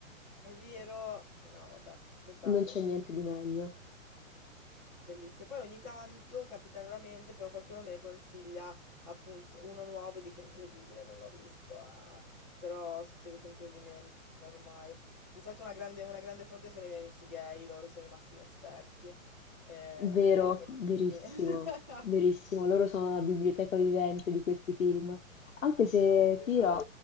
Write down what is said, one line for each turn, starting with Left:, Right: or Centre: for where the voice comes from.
Centre: È vero? No, vabbè, totale.
Left: non c'è niente di meglio.
Centre: Bellissime. Poi ogni tanto capita raramente, però qualcuno me ne consiglia appunto uno nuovo e dico incredibile, non l'ho visto. ah". Però succede sempre di meno ormai. Di solito una grande, una grande fonte sono i miei amici gay, loro sono i massimi esperti ehm,
Left: Vero,
Centre: a fornirmi.
Left: verissimo,
Centre: <laughs>
Left: verissimo. Loro sono la biblioteca vivente di questi film. Anche se
Centre: Esatto.
Left: ti dirò,